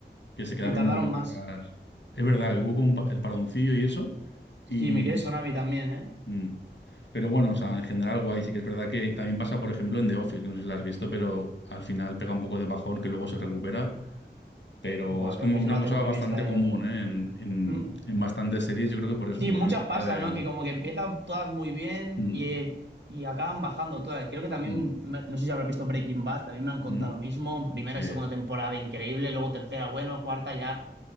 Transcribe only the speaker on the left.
que se quedaron
un poquito
raras. Es verdad, que hubo como un pa- el paroncillo y eso,
y...
mm, pero bueno, o sea, en general guay, sí que es verdad que también pasa, por ejemplo, en The Office, que no sé si la has visto, pero al final pega un poco de bajón que luego se recupera pero
es
como
una
cosa
bastante
común, ¿eh? En, en-
en bastantes series, yo creo que por eso,
por
una mezcla
de...
Mm,
mm,
ujú,
Sí,